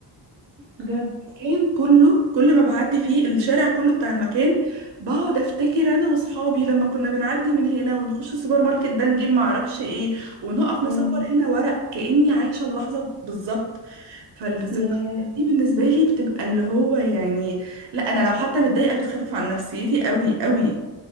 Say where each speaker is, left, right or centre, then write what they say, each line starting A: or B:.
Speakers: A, on the right; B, on the right.
A: بجد
B: يوم كان كله كل ما بعدي فيه الشارع كله بتاع المكان بقعد افتكر انا واصحابي لما كنا بنعدي من هنا ونخش السوبر ماركت ده نجيب معرفش ايه ونقف نصور
A: امم
B: هنا ورق كأني عايشة اللحظة بالظبط فالذكريات
A: ياه
B: دي بالنسبة لي بتبقى اللي هو يعني لا انا لو حتى متضايقة بتخفف عن نفسيتي قوي قوي